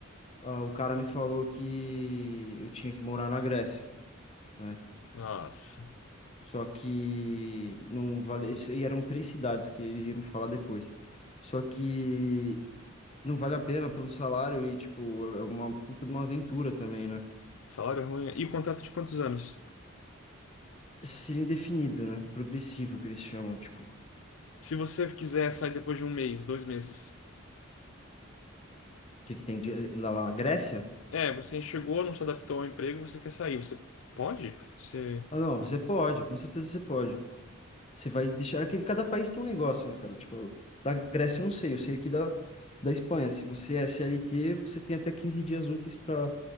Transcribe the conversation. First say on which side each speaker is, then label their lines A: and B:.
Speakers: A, on the left; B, on the left.
A: ah, o cara me falou que eu tinha que morar na Grécia, né?
B: Nossa,
A: Só que não vale. E eram três cidades que ele ia me falar depois. Só que não vale a pena pelo salário e, tipo, é uma puta de uma aventura também, né?
B: salário ruim. E o contrato de quantos anos?
A: seria indefinido, né? Progressivo, que eles chamam, tipo, o
B: Se você quiser sair depois de um mês, dois meses.
A: que que tem de- lá na Grécia?
B: É, você chegou, não se adaptou ao emprego, você quer sair. Você pode? Você
A: Ah, não, você pode, com certeza você pode. Você vai deixar é que cada país tem um negócio, né, cara? Tipo, da Grécia eu não sei, eu sei aqui da, da Espanha. Se você é CLT, você tem até 15 dias úteis pra